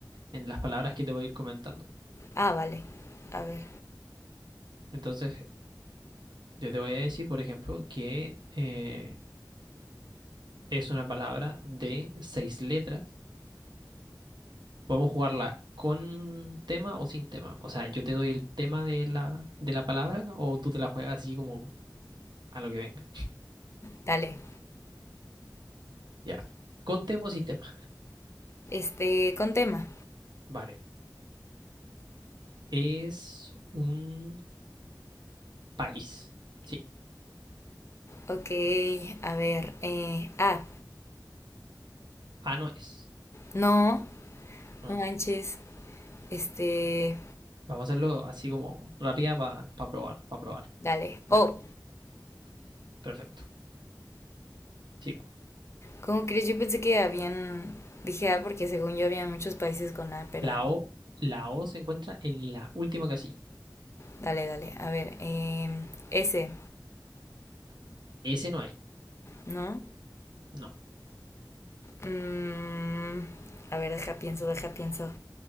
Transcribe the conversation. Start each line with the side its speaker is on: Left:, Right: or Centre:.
Right: en las palabras que te voy a ir comentando.
Left: Ah, vale. A ver,
Right: Entonces, yo te voy a decir, por ejemplo, que eh, es una palabra de seis letras Podemos jugarla con tema o sin tema. O sea, yo te doy el tema de la, de la palabra o tú te la juegas así como a lo que venga.
Left: dale.
Right: Ya. Con tema o sin tema.
Left: Este, con tema.
Right: Vale. Es un país. Sí.
Left: Ok, a ver. Eh, ah,
Right: Ah, no es.
Left: no,
Right: No.
Left: no manches. Este,
Right: Vamos a hacerlo así como rápida para probar, para probar.
Left: dale.
Right: Dale.
Left: Oh,
Right: Perfecto. Sí.
Left: ¿cómo crees? Yo pensé que habían... Dije ah, porque según yo había muchos países con A, pero
Right: La O, la O se encuentra en la última casilla.
Left: dale, dale. A ver, eh, S,
Right: S no hay.
Left: ¿no?
Right: No.
Left: Mm, a ver, deja pienso, deja pienso.